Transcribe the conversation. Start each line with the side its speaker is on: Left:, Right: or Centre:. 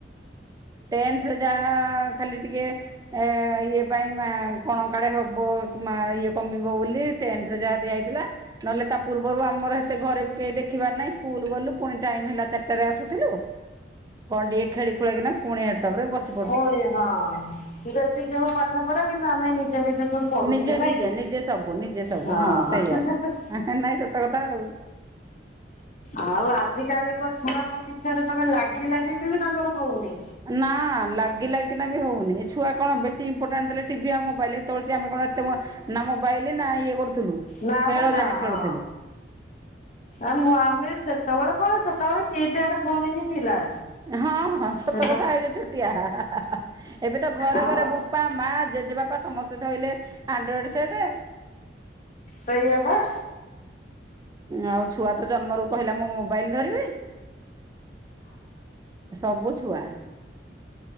Right: ଟେନ୍ଥରେ ଯାହା ଖାଲି ଟିକେ ଏ ଇଏ ପାଇଁ ମା କଣ କାଳେ ହବ ମା ଇଏ କମିବ ବୋଲି ଟେନ୍ଥ ରେ ଯାହା ଦିଆ ହେଇଥିଲା। ନହେଲେ ତା ପୂର୍ବରୁ ଆମର ଏତେ ଘରେ ବି କେହି ଦେଖିବାର ନାହିଁ ସ୍କୁଲ୍ ଗଲୁ ପୁଣି ଟାଇମ୍ ହେଲା ଚାରିଟାରେ ଆସୁଥିଲୁ। କଣ ଟିକେ ଖେଳି ଖୁଳା କିନା ପୁଣି <unintelligible> ତାପରେ ବସିିବୁ।
Left: ଫୁଣି ହଁ ଯେତିକି ହଉ ପାଠପଢା କିନ୍ତୁ ଆମେ ନିଜେ-ନିଜେ ସବୁ ପଢ଼ୁଥିଲେ
Right: ନିଜେ
Left: ନାଇଁ
Right: ନିଜେ
Left: କି,
Right: ନିଜେ ସବୁ ନିଜେ ସବୁ
Left: ହଁ
Right: ସେଇଆ
Left: ହେ-ହେ-ହେ।
Right: ନାଇଁ ସତ କଥା ଆଉ।
Left: ଆଉ ଆଜିକାଲି କ ଛୁଆଙ୍କ ପିଛାରେ ତମେ ଲାଗି-ଲାଗି କି ବି ତାଙ୍କର ହଉନି।
Right: ନାଁ ଲାଗି ଲାଗି କିିନା ବି ହଉନି, ଏ ଛୁଆ କଣ ବେଶୀ ଇମ୍ପୋର୍ଟାଣ୍ଟ ଦେଲେ ଟିଭି ଆଉ ମୋବାଇଲ୍ ସେତେବେଳେ ସେ ଆମେ କଣ ଏତେ ନା ମୋ ବାଇଲେ ନା ଇଏ କରୁଥିଲୁ।
Left: ନା
Right: ଖେଳ
Left: ବା ନା
Right: ଯାହା
Left: ହଁ।
Right: ଖେଳୁଥିଲୁ।
Left: ଆ ମୁଁ ଆମେ ସେତବଳେ କଣ ସେତବଳେ କି ପ୍ୟାଡ ଫୋନ୍ ହିଁ ଥିଲା।
Right: ହଁ ହଁ ସତ
Left: ତ
Right: କଥା, ଏଯୋଉ ଛୋଟିଆ ହା-ହା-ହା-ହା। ଏବେ ତ ଘରେ
Left: ଆଉ
Right: ଘରେ ବୁପା ମା ଜେଜେବାପା ସମ ସ୍ତେ ଧଇଲେ ଆଣ୍ଡରୋଏଡ୍ ସେଟେ।
Left: ସେଇଆ ବା।
Right: ଆଉ ଛୁଆ ତ ଜନ୍ମରୁ କହିଲା ମୁଁ ମୋବାଇଲ୍ ଧରିବି। ସବୁ ଛୁଆ